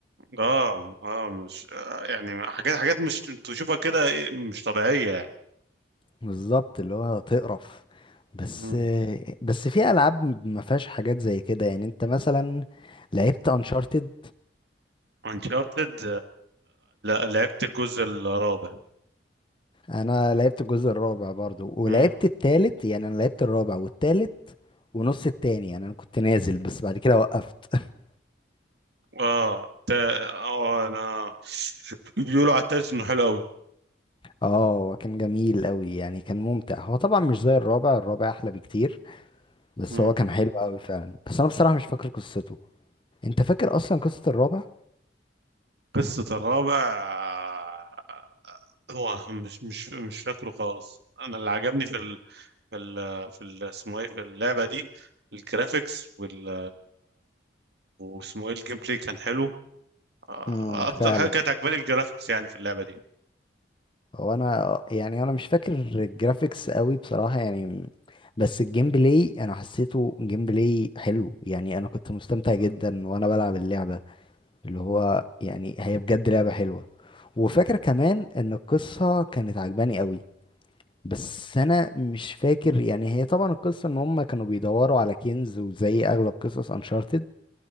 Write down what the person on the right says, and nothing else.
اه اه مش آه، يعني حاجات حاجات مش تشوفها كده إيه، مش طبيعية يعني
مم.
انشارتد لعبت الجزء الرابع
مم.
اه تا آه انا بيقولوا على التالت انه حلو قوي
مم.
قصة الرابع آه، هو مش مش مش فاكره خالص انا اللي عجبني في في ال في ال اسمه ايه في اللعبة دي الجرافيكس وال واسمه ايه الجيم بلاي كان حلو آه،
اكتر
حاجة كانت عجباني الجرافيكس يعني في اللعبة دي
مم.